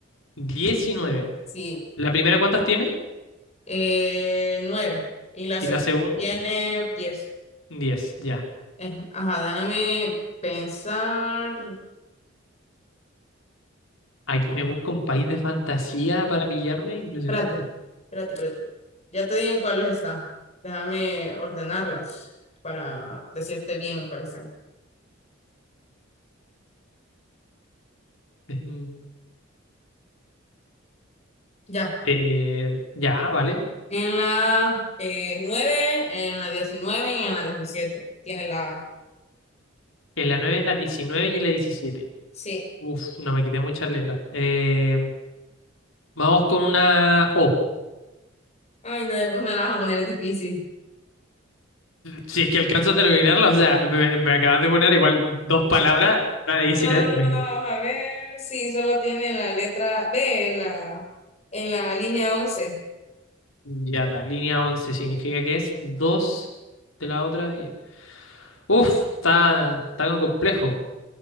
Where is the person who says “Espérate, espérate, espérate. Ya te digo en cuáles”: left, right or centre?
Left